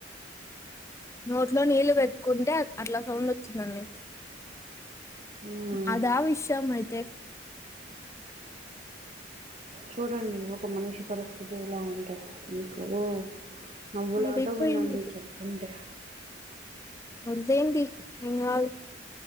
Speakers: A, on the left; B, on the right.
A: నోట్లో నీళ్ళు వెట్టుకుంటే అట్లా సౌండొచ్చిందండి.
B: హ్మ్.
A: అదా విషయం అయితే
B: చూడండి ఒక మనిషి పరిస్థితి ఎలా ఉందో మీకూ నవ్వులాటగా
A: అదైపోయింది
B: ఉందండి చెప్తుంటే.
A: వదిలేయండి ఏం గాదు.